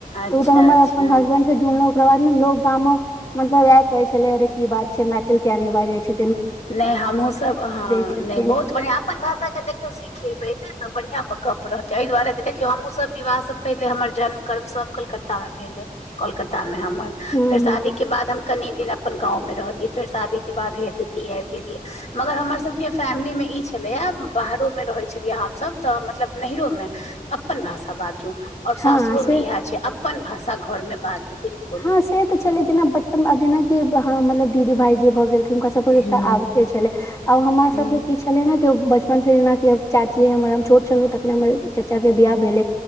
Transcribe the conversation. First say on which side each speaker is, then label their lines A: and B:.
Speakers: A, on the left; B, on the left.
A: अच्छा
B: तऽ ओ तऽ हमर
A: अच्छा
B: अपन हसबैंड जुड़लहु ओकरा बाद ने लोग गाम मे मतलब इएह कहै छले अरे की बात छै मैथिल किया न बाजै छै
A: नहि हमहुँ सभ ह
B: छथिन
A: नहि बहुत बढ़िआँ अपन भाषाके देखियौ सिखेबै तऽ बढ़िआं गप रहतै एहि दुआरे देखियौ हमहूँ सब विवाह से पहिले हमर जन्म कर्म सभ कलकत्ता मे भेल ऐ कोलकक्ता मे हमर
B: हूँ
A: फेर
B: हूँ
A: शादी के बाद हम कनि दिन अपन गाँव मे रहलियै फेर शादी के बाद हम दिल्ली आइब गेलियै मगर हमर सबके फैमिली में ई छलैया बाहरोमे रहैत छलियै हमसभ तऽ मतलब नहिरो में अपन भाषा बाजू आओर
B: हँ
A: सासुरोमे
B: से
A: इएह छै अप्पन भाषा घरमे बाजू बिलकुल
B: हँ से तऽ छलै जेना बचपन मे आब जेनाकि मतलब दीदी भाईजी भऽ गेल हुनका सब के
A: हूँ
B: त आदते छलै आब हमरा
A: हूँ
B: सबके किछ छलै न केओ बचपन से जेना कि आब चाचीये हमर हम छोट छलहु तखने हमर चाचा के बियाह भेलै